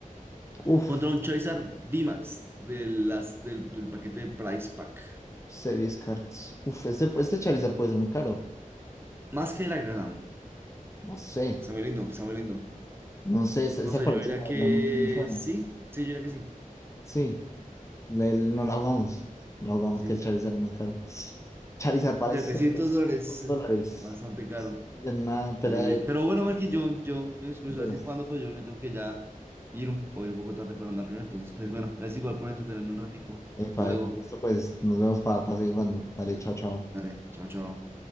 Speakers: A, on the left (about 20°); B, on the right (about 15°).
A: Uf,
B: Contra un Charizard VMAX de las, del, del paquete de Price Pack.
A: series cards. Uf, este, este Charizard puede ser muy caro.
B: Más que el Alakazam.
A: No sé,
B: Está muy lindo, está muy lindo.
A: no sé, esa, esa
B: No sé,
A: colección
B: yo diría
A: la
B: que
A: verdad no, no me suena.
B: sí. Sí, yo diría que sí.
A: Sí, le- no la jugamos. No la jugamos
B: Sí,
A: que el Charizard es más caro. Charizard vale
B: 700
A: 700
B: dólares, eh,
A: dólares.
B: bastante caro.
A: Es de una
B: Muy
A: pelea
B: bien, bien.
A: de,
B: Pero bueno, Marquín, yo, yo me, me suelo
A: de
B: decir cuando, pero yo me tengo que ya ir un, voy un poco tarde para una reunión. Entonces, pues bueno, gracias igual por entretenerme un ratico.
A: Epa,
B: Hasta luego.
A: epa, listo, pues nos vemos para, para seguir jugando. Dale, chao, chao.
B: Dale, chao, chao.